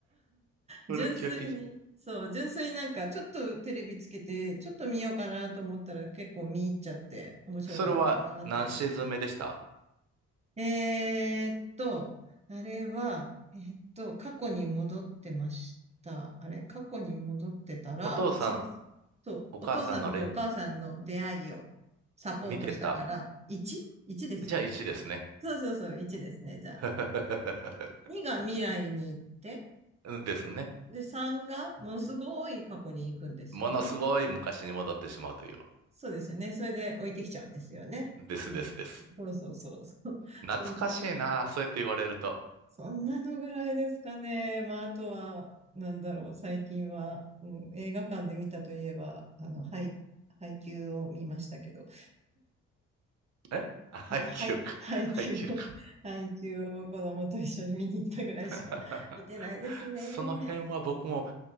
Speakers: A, on the right; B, on the right.
A: 古き良き。
B: 純粋に、そう、純粋になんかちょっとテレビつけてちょっと見ようかなと思ったら結構見入っちゃって面白かったなって感じ。
A: それは何シーズン目でした
B: えーっと、あれは、えーっと、過去に戻ってました。あれ過去に戻ってたら、
A: お父さん、
B: 一です。そう、
A: お母さんの恋愛
B: お父さんとお母さんの出会いをサポートしたから、
A: 見てた。
B: 1?1 ですよね。
A: じゃあ1ですね。
B: そうそうそう、1ですね、じゃあ。
A: <laughs>
B: 2が未来に行って、
A: ですね。
B: で、3がものすごい過去に行くんですよね。
A: ものすごい昔に戻ってしまうという。
B: そうですよね。それで置いてきちゃうんですよね。
A: ですですです。
B: もう、そうそうそう。そうそんな
A: 懐かしいな、そうやって言われると。
B: そんなのぐらいですかね。まあ、あとは、なんだろう、最近は、うん、映画館で見たといえば、あの、ハイ、ハイを見ましたけど、
A: えあ <laughs> 配給か。
B: あ、はい、ハイを、
A: 配給か。
B: <laughs> ハイを子供と一緒に見に行ったぐらいしか見てないですね。
A: <laughs> その辺は僕も